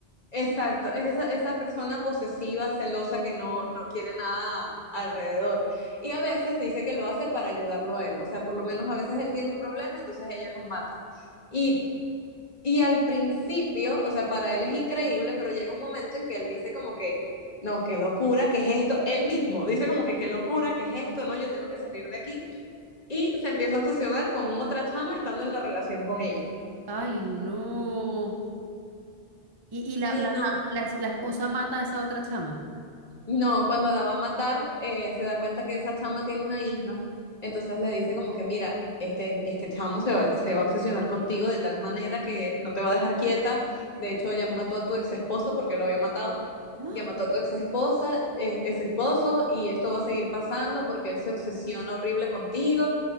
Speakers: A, on the left; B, on the right.
A: exacto. Es esa, esa persona posesiva, celosa, que no, no quiere nada alrededor. Y a veces dice que lo hace para ayudarlo a él. O sea, por lo menos a veces él tiene un problema, entonces ella los mata. Y, y al principio, o sea, para él es increíble, pero llega un momento en que él dice como que, no, qué locura, qué es esto. Él mismo dice como que, qué locura, qué es esto, no, yo tengo que salir de aquí. y se empieza a obsesionar con otra chama estando en la relación con ella.
B: Ay, no. ¿Y, y la,
A: Sí,
B: la,
A: no.
B: chama- la, la esposa mata a esa otra chama?
A: No, cuando la va a matar, eh, se da cuenta que esa chama tiene una hija, entonces le dice como que, mira, este, este chamo se va, se va a obsesionar contigo de tal manera que no te va a dejar quieta, de hecho ya mató a tu ex esposo porque lo había matado,
B: <gasps> ¡Ah!
A: ya mató a tu ex esposa, eh, ex esposo, y esto va a seguir pasando porque él se obsesiona horrible contigo,